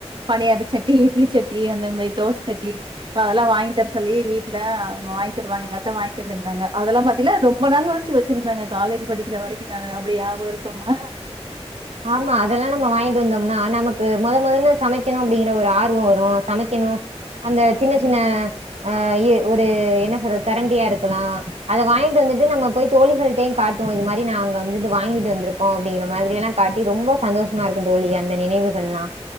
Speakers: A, on the right (about 45°); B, on the right (about 70°).
A: பணியார சட்டி இட்லி சட் டி அந்த மாரி தோச சட்டி அதெல்லா வாங்கி தர சொல்லி வீட்ல ஆ வாங்கி தருவாங்க எங்க அத்த வாங்கி தந்த்ருந்தாங்க அதெல்லா பாத்தீள ரொம்ப நாள் ஒழிச்சி வெச்சிருந்தாங்க காலேஜ் படிக்கிற வரைக்கு நானு அப்டி யாபகர்த்தமா
B: ஆமா அதெல்லா நம்ம வாங்கிட்டு வந்தோம்னா நமக்கு மொத மொதல்ல சமைக்கெணு அப்டிங்கிற ஒரு ஆர்வோ வரு சமைக்கெணு அந்த
A: ம்
B: சின்னச் சின்ன ஆ எ ஒரு என்ன சொல்றது கரண்டியா இருக்கலா அத வாங்கிட்டு வந்துட்டு நம்ம போய் தோழிகள்டயு காட்டுவோ இது மாரி நா அங்க வந்துட்டு வாங்கிட்டு வந்திருக்கோ அப்டிங்கிற மாதிரி எல்லா காட்டி ரொம்ப சந்தோஷமா இருக்குந் தோழி அந்த நினைவுகள்லா